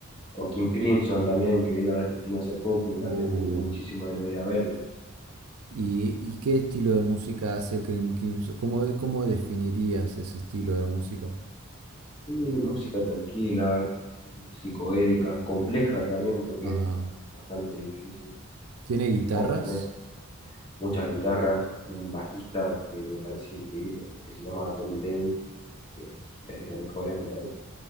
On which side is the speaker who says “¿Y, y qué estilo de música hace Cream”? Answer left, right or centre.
Right